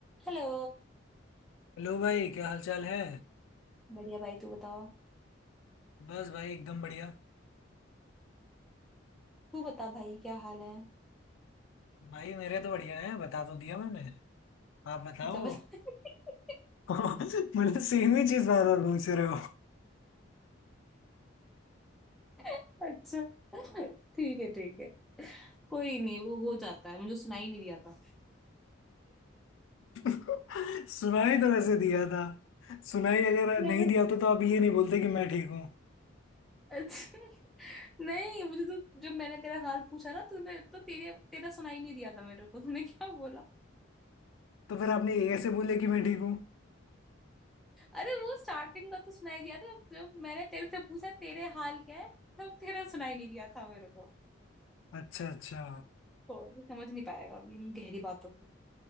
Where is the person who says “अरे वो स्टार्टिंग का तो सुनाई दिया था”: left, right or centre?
Centre